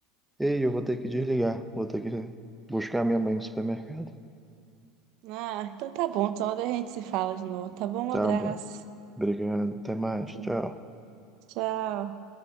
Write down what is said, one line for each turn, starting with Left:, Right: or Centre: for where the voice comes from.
Centre: Ei, eu vou ter que desligar. Vou ter que buscar minha mãe no supermercado.
Right: Ah, então tá bom, toda hora a gente se fala de novo, tá bom? Um
Centre: Tá
Right: abraço.
Centre: bom. Obrigado. Até mais.
Right: Tchau.
Centre: Tchau.
Right: Tchau.